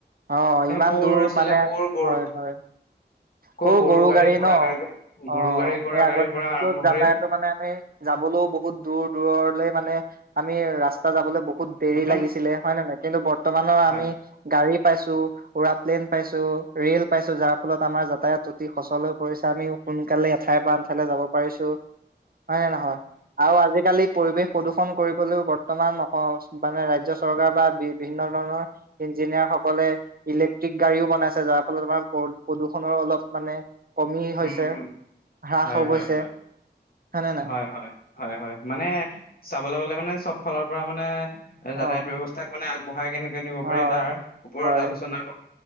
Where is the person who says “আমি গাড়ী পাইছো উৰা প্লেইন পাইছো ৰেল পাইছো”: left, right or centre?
Right